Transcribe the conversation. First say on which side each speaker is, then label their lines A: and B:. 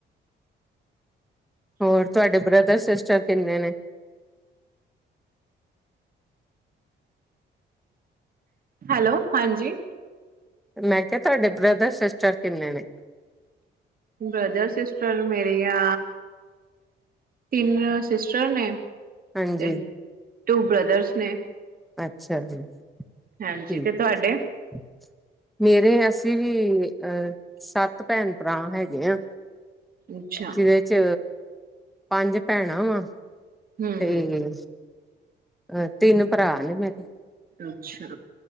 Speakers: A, in the centre; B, on the right.
A: ਹੋਰ ਤੁਹਾਡੇ ਬ੍ਰਦਰ ਸਿਸਟਰ ਕਿੰਨੇ ਨੇ?
B: ਹੈਲੋ ਹਾਂਜੀ।
A: ਮੈਂ ਕਿਹਾ ਤੁਹਾਡੇ ਬ੍ਰਦਰ ਸਿਸਟਾਰ ਕਿੰਨੇ ਨੇ?
B: ਬ੍ਰਦਰ ਸਿਸਟਰ ਮੇਰੇ ਆ ਤਿੰਨ ਸਿਸਟਰ ਨੇ।
A: ਹਾਂਜੀ।
B: ਤੇ ਟੂ ਬ੍ਰਦਰਸ ਨੇ।
A: ਅੱਛਾ ਜੀ, ਠੀਕ
B: ਹਾਂਜੀ ਤੇ ਤੁਹਾਡੇ
A: ਐ। ਮੇਰੇ ਅਸ ਸੀਂ ਵੀ ਅਹ ਸੱਤ ਭੈਣ ਭਰਾ ਹੈਗੇ ਆ।
B: ਅੱਛਾ
A: ਜਿਹਦੇ ਚ ਪੰਜ ਭੈਣਾਂ ਵਾਂ।
B: ਹਮ
A: ਤੇ ਅਹ ਤਿੰਨ ਭਰਾ ਨੇ ਮੇਰੇ।
B: ਅੱਛਾ।